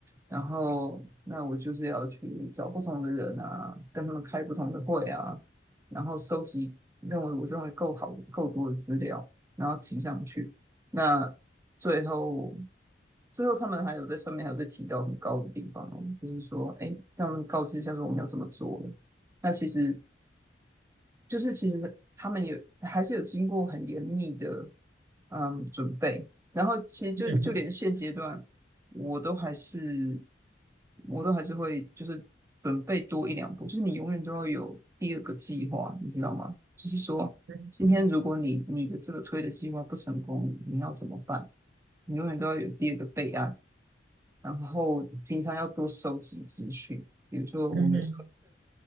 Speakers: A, on the right (about 15°); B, on the right (about 80°).
A: 然后那我就是要去找不同的人啊，跟他们开不同的会啊，然后收集认为我认为够好够多的资料。然后提上去。那最后，最后他们还有在上面还有在提到很高的地方哦就是说，哎，让他们告知一下说我们要怎么做了。那其实就是其实他们有还是有经过很严密的嗯准备，然后其实就就连现阶段我都还是
B: 嗯
A: 我都还是会就是准备多一两步，就是你永远都要有第二个计划，你知道吗？就是说今天如果你你的这个推的计划不成功，
B: 嗯
A: 你要怎么办？你永远都要有第二个备案，然后平常要多收集资讯，比如说我们有
B: 嗯哼，